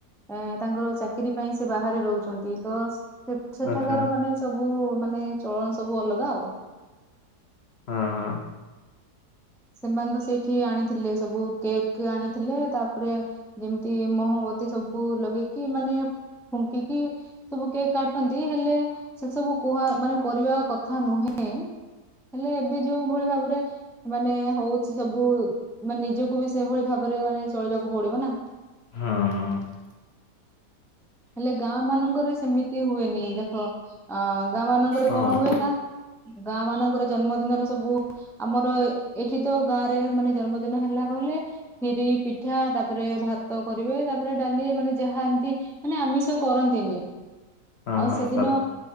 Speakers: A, in the centre; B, on the left.
A: ଏ ତାଙ୍କର ଚାକିରିୀ ପାଇଁ ସେ ବାହାରେ ରହୁଛନ୍ତି ତ ସେ ସେଠାକାର
B: ଆଚ୍ଛା
A: ମାନେ ସବୁ ମାନେ ଚଳନି ସବୁ ଅଲଗା ଆଉ।
B: ହଁ ହଁ।
A: ସେମାନେ ତ ସେଇଠି ଆଣି ଥିଲେ ସବୁ କେକ୍ ଆଣିଥିଲେ ତାପରେ ଯେମିତି ମହମବତୀ ସବୁ ଲଗେଇକି ମାନେ ଫୁଙ୍କିକି ସବୁ କେକ୍ କାଟନ୍ତି ହେଲେ ସେ ସବୁ କୁହା ମାନେ କରିବା କଥା ନୁହେଁ ହେଲେ ଏବେ ଯୋଉ ଭଳି ଭାବରେ ମାନେ ହଉଛି ସବୁ ମାନେ ନିଜକୁ ବି ସେଇଭଳି ଭାବରେ ମାନେ ଚଳିବାକୁ ପଡିବନା।
B: ହଁ ହଁ ହଁ
A: ହେଲେ ଗାଁ ମାନଙ୍କରେ। ସେମିତି ହୁଏନି ଦେଖ ଗାଁ ମାନଙ୍କରେ
B: ହଁ
A: କଣ ହୁଏନା ଗାଁ ମାନଙ୍କର ଜନ୍ମଦିନରେ ସବୁ ଆମର ଏଠି ତ ଗାଁ ରେ ମାନେ ଜନ୍ମଦିନ ହେଲା କହିଲେ ଖିରି ପିଠା ତାପରେ ଭାତ କରିବେ। ତାପରେ ଡାଲି ମାନେ ଯାହା ଏମିତି ମାନେ ଆମିଷ କରନ୍ତିନି।
B: ହଁ
A: ଆଉ
B: ହଁ
A: ସେଦିନ
B: ସା